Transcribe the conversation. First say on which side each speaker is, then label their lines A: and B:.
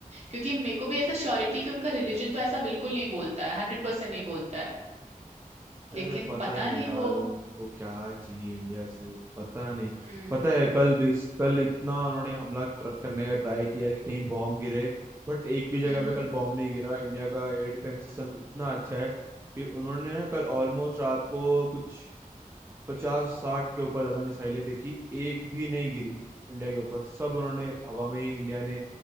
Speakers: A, on the right (about 50°); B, on the right (about 15°).
A: क्योंकि मेरे को भी ऐसा श्योरिटी कि उनका रिलीजन तो ऐसा बिल्कुल नहीं बोलता है हंड्रेड परसेंट नहीं बोलता है
B: अरे
A: लेकिन
B: पता
A: पता
B: नहीं
A: नहीं
B: यार
A: वो
B: उनको क्या चाहिए इंडिया से पता नहीं
A: हम्म
B: पता है कल रिस, कल इतना उन्होंने हमला ट्र- करने का ट्राई किया कि कहीं बॉम्ब गिरे बट एक भी जगह
A: हम्म
B: पे
A: हम्म
B: कल बॉम्ब नहीं गिरा इंडिया का एयर डिफेंस सिस्टम इतना अच्छा है कि उन्होंने ना कल ऑलमोस्ट रात को कुछ पचास साठ के ऊपर ज्यादा मिसाइलें फेंकी एक भी नहीं गिरी इंडिया के ऊपर सब उन्होंने हवा में ही इंडिया ने